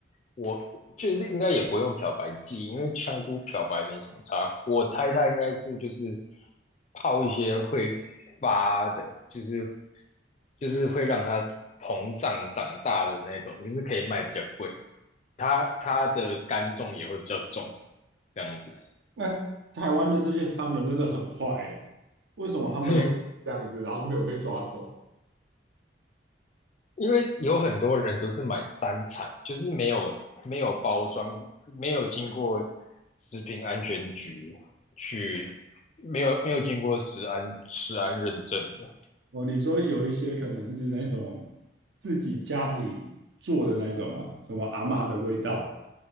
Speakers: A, on the left (about 40°); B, on the right (about 75°).
A: 我就是应该也不用漂白剂，因为香菇漂白没什么差。我猜他应该是就是泡一些会发的，就是就是会让它膨胀长大的那种，就是可以卖比较贵。它它的干重也会比较重，这样子。
B: 那台湾的这些商人真的很坏诶，为什么他们都这样子，
A: <laughs>
B: 然后没有被抓走？
A: 因为有很多人都是买三产，就是没有没有包装，没有经过食品安全局去，没有没有经过食安食安认证的。
B: 哦，你说有一些可能是那种自己家里做的那种嘛，什么阿嬷的味道，